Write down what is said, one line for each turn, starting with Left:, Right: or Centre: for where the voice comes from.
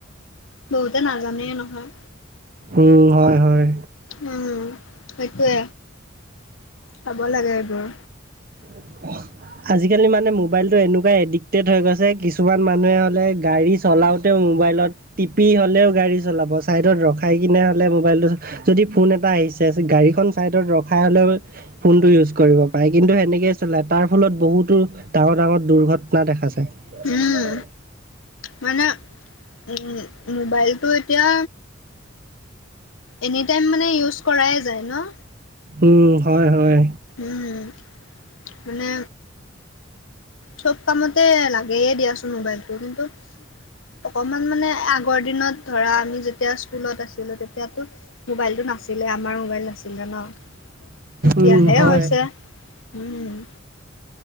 Left: বহুতে নাজানেই নহয়
Right: উ হয় হয়
Left: উম সেইটোৱে চাব লাগে এইবোৰ
Right: <unintelligible> আজিকালি মানে মোবাইলটো এনেকুৱা এডিক্টেড হৈ গৈছে কিছুমান মানুহে হলে গাড়ী চলাও তেউ মোবাইলত টিপি হ'লেও গাড়ী চলাব চাইডত ৰখাই কিনে হ'লে মোবাইলটো যদি ফোন এটা আহিছে গাড়ীখন চাইডত ৰখাই হলেও ফোন টো ইউজ কৰিব পাৰে কিন্তু সেনেকে। চলাই তাৰ ফলত বহুতো ডাঙৰ ডাঙৰ দুৰ্ঘটনা দেখা যায়। <unintelligible>
Left: উম, মানে উম মোবাইলটো এতিয়া। এনি টাইম মানে ইউজ কৰাই যায় ন।
Right: উম, হয়, হয়।
Left: উম, মানে। চব কামতে লাগেই দিয়াচোন মোবাইলটো কিন্তু। অকমান মানে আগৰ দিনত ধৰা আমি যেতিয়া স্কুলত আছিলো তেতিয়াতো। মোবাইলটো নাছিলে আমাৰ মোবাইল নাছিলে ন এতিয়াহে
Right: উম হয়
Left: হৈছে। উম।